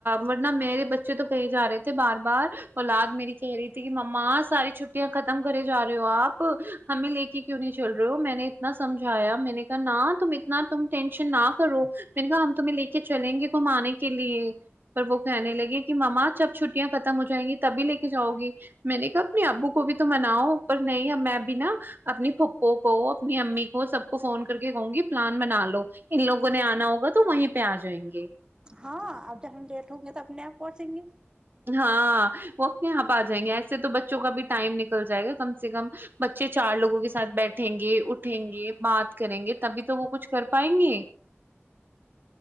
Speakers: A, on the right; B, on the right.
A: ورنہ میرے بچے مجھے تو کہے ج رہے تھ بار بار اولاد میری کہہ رہی تھی کہ مما ساری چھٹیا ک ختم کرے جا رہے ہو آپ ہمیں لے کے کیوں نہیں چل رہے ہو میں نے اتنا سمجھایا میں نے کہا نہ تم اتنا تم ٹینشن نہ کرو میں نے کہا ہم تمہیں لے کے چلیں گے گھمانے کے لیے پر وہ کہنے لگے کہ مما چب چھٹیاں ختم ہو جائ گی تبھی لے کے جاؤ گی میں نے کہا اپنے ابو کو بھی تو مناؤ پر نہیں میں بھی نا اپنی پھپھو کو اپنی امی کو سب کو فون کر کے کہوں گی پلان بنا لو ان لوگوں نے آنا ہوگا تو وہیں پہ آ جائیں گے
B: ہاں اب جب ہم لیٹ ہوں گے ت اپنے یہاں پہنچیں گے
A: ہاں وہ اپنے یہاں پہ آ جائیں گے ایسے تو بچوں کا بھی ٹائم نکل جائے گا کم سے کم بچے چار لوگوں کے سھ بیٹھ اٹھیں گے اٹھیں گے بات کریں گے تبھی تو وہ کچھ کر پائیں گے